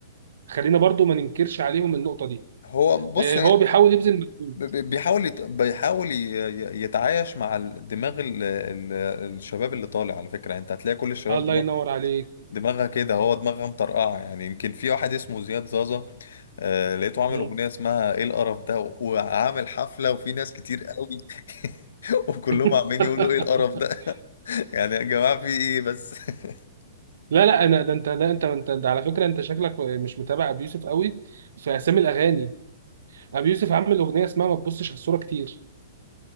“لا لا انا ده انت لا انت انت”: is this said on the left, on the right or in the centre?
Right